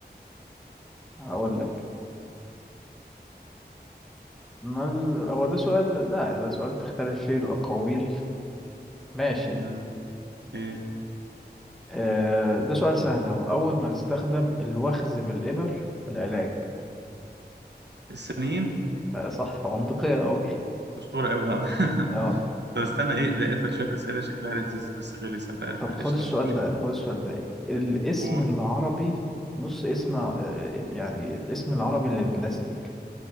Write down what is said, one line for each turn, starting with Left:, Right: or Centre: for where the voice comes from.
Centre: هقول لك ما ال... هو ده سؤال لا ده سؤال تختلف فيه الأقاويل ماشي
Right: مم. إيه
Centre: أه ده سؤال سهل أهو أول ما نستخدم الوخز بالإبر في العلاج
Right: السنين
Centre: أه صح منطقية أوي
Right: مشهورة أوي آه <laughs>
Centre: أه
Right: طب استنى ايه لقيت لك شوية أسئلة شكلها لذيذ بس غلسة ف-
Centre: طب
Right: فقشطة
Centre: خد السؤال
Right: مش مشكلة
Centre: ده خد السؤال ده الاسم
Right: قول
Centre: العربي بص اسم آه، يعني الاسم العربي للبلاستيك